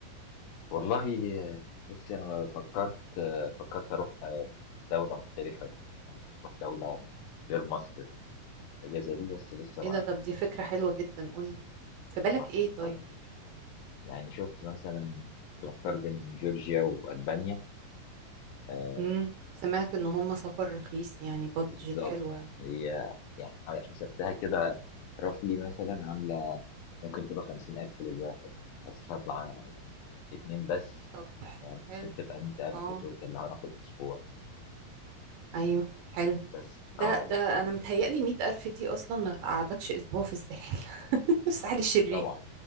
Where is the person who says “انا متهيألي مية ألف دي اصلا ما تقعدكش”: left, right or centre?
Right